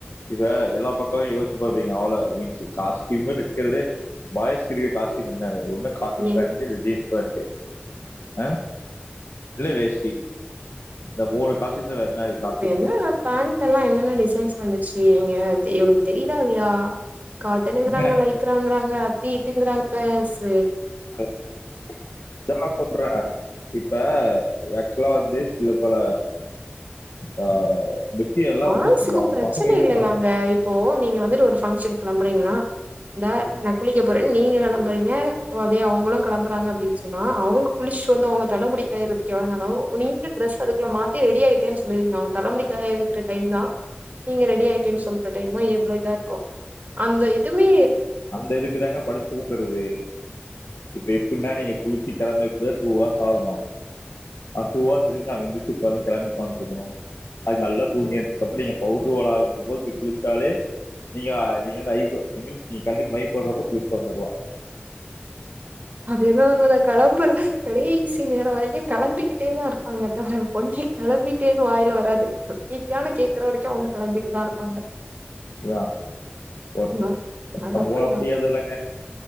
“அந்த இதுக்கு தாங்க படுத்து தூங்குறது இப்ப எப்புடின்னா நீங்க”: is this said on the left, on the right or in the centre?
Left